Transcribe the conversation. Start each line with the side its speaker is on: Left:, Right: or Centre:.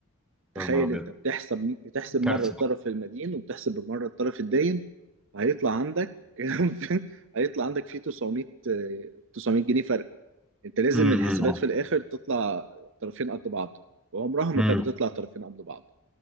Right: تخيل
Centre: يا نهار ابيض
Right: أنت بتحسب بتحسب مرة
Centre: كارثه
Right: الطرف المدين وبتحسب مرة الطرف الداين وهيطلع عندك <laughs> هيطلع عندك فيه 900 آه، 900 جنيه فرق أنت لازم
Centre: مم.
Right: من الحسابات
Centre: مم.
Right: في الآخر تطلع طرفين قد بعض وعمرها ما
Centre: مم.
Right: كانت بتطلع طرفين قد بعض